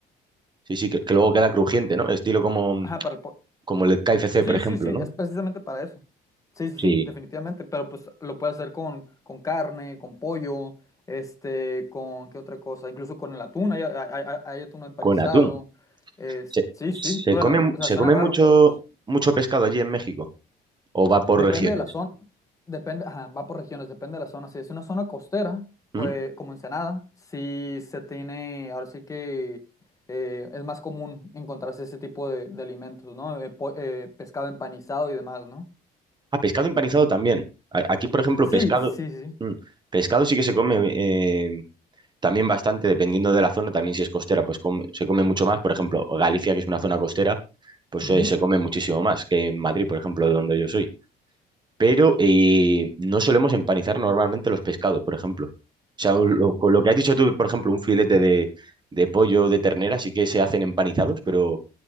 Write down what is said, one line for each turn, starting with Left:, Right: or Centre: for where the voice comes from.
Right: Sí, sí, que, que luego queda crujiente, ¿no? Estilo como,
Left: ajá, para el pollo.
Right: como el KFC,
Left: Sí,
Right: por ejemplo,
Left: sí, sí,
Right: ¿no?
Left: es precisamente para eso. Sí, sí, sí,
Right: Sí,
Left: definitivamente, pero pues lo puedes hacer con, con carne, con pollo, este, con qué otra cosa, incluso con el atún, hay, hay, hay- hay atún empanizado.
Right: con atún.
Left: Es,
Right: ¿Se,
Left: sí,
Right: se
Left: sí, bueno,
Right: come, mu-
Left: o sea,
Right: se
Left: suena
Right: come
Left: raro,
Right: mucho,
Left: pero s-
Right: mucho pescado allí en México? ¿O va por
Left: depende
Right: regiones?
Left: de la zona, depende, ajá, va por regiones, depende de la zona. Si es una zona costera,
Right: ¿Mm?
Left: pues como Ensenada, sí se tiene, ahora sí que eh, es más común encontrarse ese tipo de, de alimentos, ¿no? Eh, po- eh, pescado empanizado y demás, ¿no?
Right: Ah, pescado empanizado también. A- Aquí, por ejemplo,
Left: Sí,
Right: pescado.
Left: sí, sí.
Right: mm, Pescado sí que se come. eh, También bastante, dependiendo de la zona, también si es costera, pues come- se come mucho más. Por ejemplo, Galicia, que es una zona costera, pues
Left: Ujú.
Right: eh, se
Left: <laughs>
Right: come muchísimo más que en Madrid, por ejemplo, de donde yo soy. Pero eh, no solemos empanizar normalmente los pescados, por ejemplo. O sea, un- lo, con lo que has dicho tú, por ejemplo, un filete de, de pollo de ternera sí que se hacen empanizados, pero